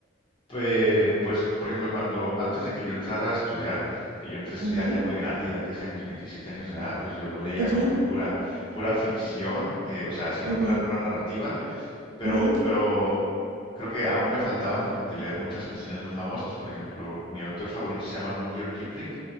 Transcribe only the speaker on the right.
Ujú,
ujú,
ujú,
ujú,